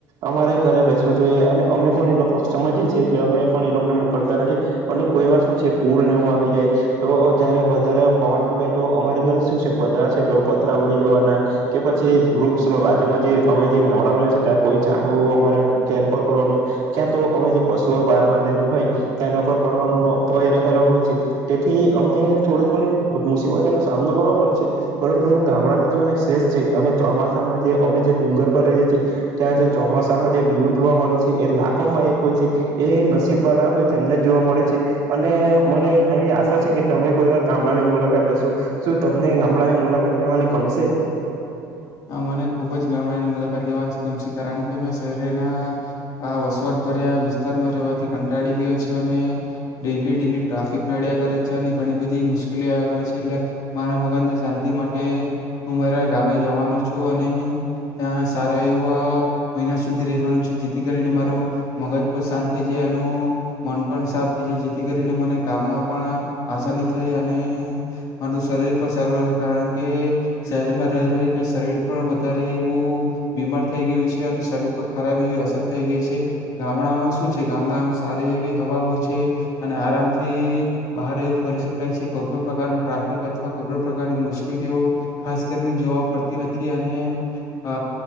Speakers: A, on the right (about 60°); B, on the left (about 55°).
A: અમારે ઘરે બેસવું જોઈએ અને અમે પણ એ લોકો સમજીએ છીએ એટલે અમે પણ એ લોકોને મોકલતા નથી અને કોઈ વાર શું છે પૂર ને એવું આવી જાય તો જયારે વધારે પવન ફૂંકાય તો અમારે ઘરે શું છે પતરા છે તો પતરા ઉડી જવાના કે પછી વૃક્ષ બાજુમાં જે અમે જે ગામડામાં રહીએ છીએ ત્યાં કોઈ ઝાડવું અમારા ઘેર પર પડવાનું ક્યાં તો અમે જે પશુઓ બાહર બાંધેલા હોય તેના પર પડવાનો ભય રહેલો હોય છે તેથી અમને થોડી ઘણી મુશીબતોનો સામનો કરવો પડે છે પરંતુ ગામડાનું જીવન એક શ્રેષ્ઠ છે અને ચોમાસામાં જે અમે જે ડુંગર પર રહીએ છીએ ત્યાં ચોમાસા માં જે વ્યુ જોવા મળે છે એ લાખોમાં એક હોય છે એ નસીબ વાળા હોય તેમને જોવા મળે છે અને મને આવી આશા છે કે તમે કોઈ વાર ગામડાની મુલાકાત લેશો શું તમને ગામડાની મુલાકાત લેવાની ગમશે?
B: આ મને ખુબ જ ગામડાની મુલાકાત લેવાની ગમશે કારણ કે મેં શહેરના આ વસવાટભર્યા વિસ્તારમાં રહેવાથી કંટાળી ગયો છે અને ડેલી ડેલી ટ્રાફિક નડિયા કરે છે અને ઘણી બધી મુશ્કેલી આગળ છે એટલે મારા મગજને શાંતિ માટે હું મારા ગામે જવા છું અને ત્યાં સારા એવા મહિના સુધી રહેવાનો છું જેથી કરીને મારું મગજ પણ શાંત થઈ જાય અને હું મન પણ સાફ થઈ જાય જેથી કરીને મને કામમાં પણ આસાની થાય અને મારું શરીર પણ સારું રહે કારણ કે શહેરમાં રહી રહીને શરીર પણ વધારે એવું બીમાર થઈ ગયું છે અને શરીર પર ખરાબ એવી અસર થઈ ગઈ છે, ગામડામાં શું છે? ગામડામાં સારી એવી હવા હોય છે અને આરામથી બહાર એવું ફરી શકાય છે, કોઈ પણ પ્રકારનું ટ્રાફિક અથવા કોઈ પણ પ્રકારની મુશ્કેલીઓ ખાસ કરીને જોવા પડ તી નથી અને અ